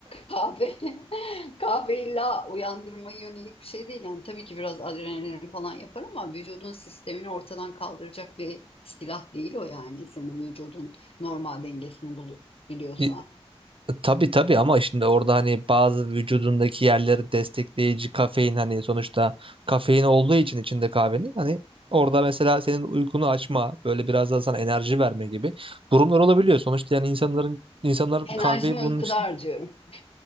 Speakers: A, on the left; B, on the right.
A: Kahve <laughs> kahve illa uyandırmaya yönelik bir şey değil. Yani tabii ki biraz adrenalin falan yapar ama vücudun sistemini ortadan kaldıracak bir silah değil o yani. Senin vücudun normal dengesini bul- biliyorsa.
B: <laughs> Tabii tabii ama şimdi orada hani bazı vücudundaki yerleri destekleyici kafein hani sonuçta kafein olduğu için içinde kahvenin hani orada mesela senin uykunu açma böyle biraz daha sana enerji verme gibi durumlar olabiliyor. Sonuçta yani insanların insanlar
A: Enerjimi
B: kahveyi bunun
A: uykuda
B: için
A: harcıyorum.